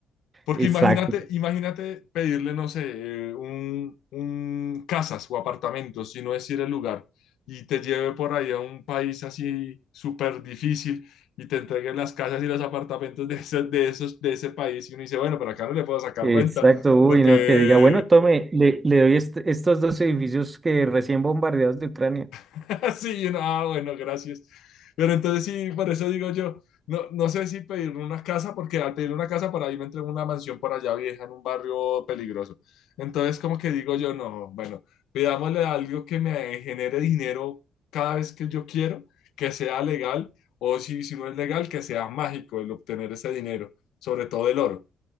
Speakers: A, on the left; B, on the right.
A: Porque
B: Exacto,
A: imagínate, imagínate pedirle, no sé, eh, un, un casas o apartamentos, si no es ir el lugar, y te lleve por ahí a un país así súper difícil y te entreguen las casas y los apartamentos de, ese- de, esos, de ese país. Y uno dice, bueno, pero acá no le puedo sacar
B: exacto.
A: renta
B: Uy,
A: porque
B: no, que diga, bueno, tome, le, le doy est- estos dos edificios que recién bombardeados de Ucrania.
A: <laughs> Sí, yo no, ah, bueno, gracias. Pero entonces sí, por eso digo yo, no, no sé si pedir una casa, porque al pedir una casa para ahí me entré en una mansión por allá vieja, en un barrio peligroso. Entonces como que digo yo, no, bueno, pidámosle algo que me genere dinero cada vez que yo quiero, que sea legal, o si, si no es legal, que sea mágico el obtener ese dinero, sobre todo el oro.